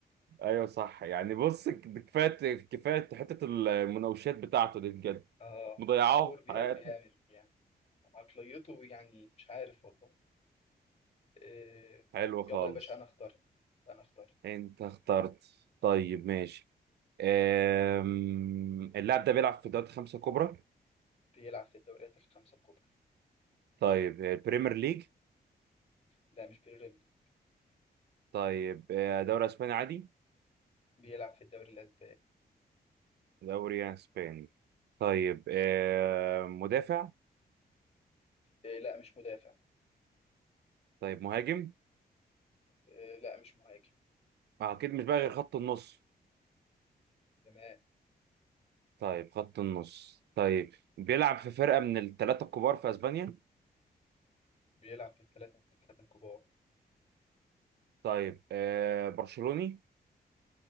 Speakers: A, on the right; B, on the left.
A: ايوه صح يعني بص كفايه كفايه حته المناوشات بتاعته دي بجد
B: آه،
A: مضيعاه
B: مشهور بيها
A: في حياته
B: جامد يعني عقليته يعني مش عارف والله آه،
A: حلو خالص
B: يلا يا باشا أنا اختار أنا اختار
A: انت اخترت طيب ماشي أم... اللاعب ده بيلعب في دوري خمسة كبرى
B: بيلعب في الدوريات الخمسة الكبرى
A: طيب آه، البريمير ليج
B: لا مش بيراميدز
A: طيب آه، دوري اسباني عادي
B: بيلعب في الدوري الأسباني
A: دوري يعني اسباني طيب آه مدافع
B: إيه لا مش مدافع
A: طيب مهاجم
B: إيه لا مش مهاجم
A: آه، اكيد مش بقى غير خط النص
B: تمام
A: طيب خط النص طيب بيلعب في فرقة من الثلاثة الكبار في اسبانيا
B: بيلعب في الثلاثة الكبار
A: طيب آه برشلوني